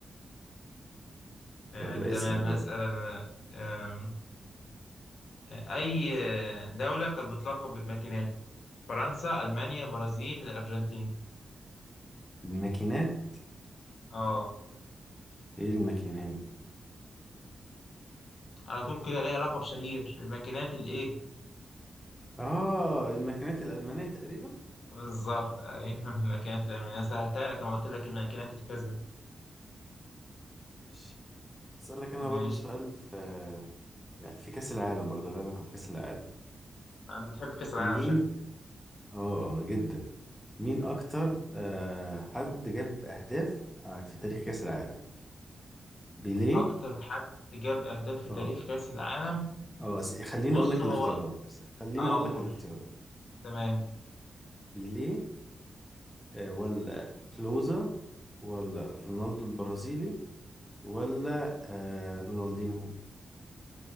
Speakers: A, on the left; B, in the centre.
A: آه،
B: يلا
A: تمام
B: اسأل بقى
A: هسأل أنا آم، أي دولة كانت بتلقب بالماكينات؟ فرنسا، ألمانيا، برازيل، الأرجنتين
B: الماكينات
A: اه
B: ايه الماكينات؟
A: على طول كده ليها لقب شهير الماكينات الإيه؟
B: اه الماكينات الألمانية تقريبا؟
A: بالظبط أيوه <laughs> الماكينات الألمانية أنا سهلتها لك أنا قلت لك الماكينات الكذا
B: ماشي. هسألك انا
A: ماشي
B: برضو سؤال في يعني في كأس العالم برضه له علاقة بكأس العالم
A: أنت تحب كأس العالم
B: مين
A: شكلك
B: اه آه، جدا مين أكتر آه حد جاب أهداف آه، في تاريخ كأس العالم بيليه
A: أكتر حد جاب أهداف في تاريخ
B: اه
A: كأس العالم
B: اه س- خليني
A: بص
B: أقول لك
A: هو
B: الاختيارات بس خليني
A: اه
B: أقول
A: أقول
B: لك الاختيارات
A: تمام
B: بيليه آه ولا كلوزا ولا رونالدو البرازيلي ولا آه رونالدينهو